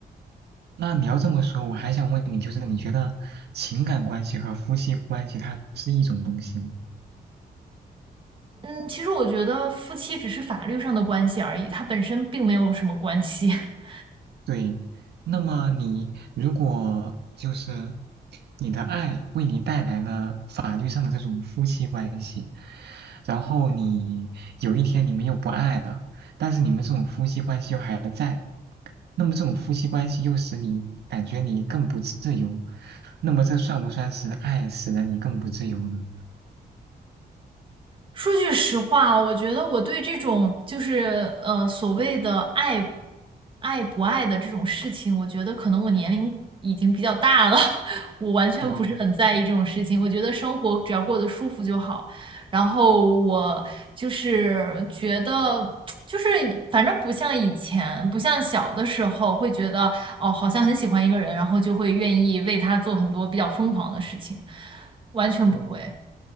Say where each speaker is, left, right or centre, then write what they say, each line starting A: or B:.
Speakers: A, on the right; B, on the right.
A: 那你要这么说，我还想问你，就是你觉得情感关系和夫妻关系它是一种东西吗？
B: 嗯，其实我觉得夫妻只是法律上的关系而已，它本身并没有什么关系。<laughs>
A: 对，那么你如果就是你的爱为你带来了法律上的这种夫妻关系，然后你有一天你们又不爱了，但是你们这种夫妻关系又还在，那么这种夫妻关系又使你感觉你更不自由，那么这算不算是爱使得你更不自由呢？
B: 说句实话，我觉得我对这种就是呃所谓的爱爱不爱的这种事情，我觉得可能我年龄已经比较大了，<laughs> 我完全不是很在意这种事情。
A: 哦
B: 我觉得生活只要过得舒服就好。然后我就是觉得，就是反正不像以前，不像小的时候会觉得哦，好像很喜欢一个人，然后就会愿意为他做很多比较疯狂的事情，完全不会。
A: 哦